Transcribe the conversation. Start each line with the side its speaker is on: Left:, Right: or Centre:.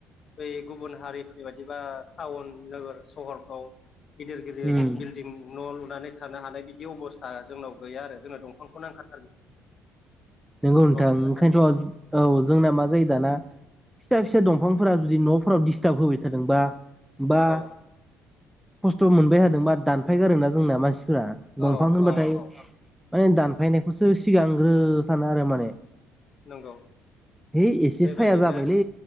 Left: बै गुबुन हारिफोरनि बायदिबा टाउन नोगोर सहरफ्राव गिदिर गिदिर
Centre: उम
Left: बिल्डिं न लुनानै थानो हानाय बिदि अबस्था जोंनाव गैया आरो जोंनो दंफांखौ नांखाथारगौ।
Centre: नोंगौ नोंथां
Left: न' लुनो
Centre: ओंखायनोथ'
Left: थाखाय
Centre: औ जोंना मा जायो दाना फिसा फिसा दंफांफोरा जुदि न'फोराव दिस्टार्ब होबाय थादोंबा बा
Left: औ
Centre: खस्थ' मोनबाय थादोंबा दानफाय गारो ना जोंना मानसिफोरा दंफां
Left: औ
Centre: होनबाथाय
Left: औ औ
Centre: माने दानफायनायखौसो सिगांग्रो सानो आरो माने
Left: नंगौ
Centre: है एसे
Left: बेबायदिनो
Centre: साया जाबायलै